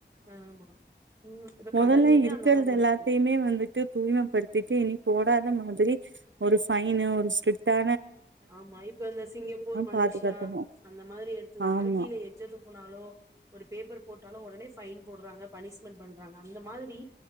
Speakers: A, on the right (about 15°); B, on the right (about 90°).
A: ஆமா ம் இப்ப
B: மொதல்ல
A: கடல்லயுமே
B: இருக்கறத
A: அந்த மாரி இருக்கு
B: எல்லாத்தையுமே வந்துட்டு தூய்மைப்படுத்திட்டு நீ போடாத மாதிரி ஒரு ஃபைன்னு ஒரு ஸ்ட்ரிக்ட்டா
A: ஆமா இப்ப இந்த சிங்கப்பூர் மலேசியா
B: பாதுகாத்தணு
A: அந்த மாதிரி இடத்துல எல்லா
B: ஆமா
A: கீழ எச்சத் துப்புனா லோ ஒரு பேப்பர் போட்டாலும் உடனே ஃபைன் போடுறாங்க பனிஷ்மெண்ட் பண்றாங்க அந்த மாதிரி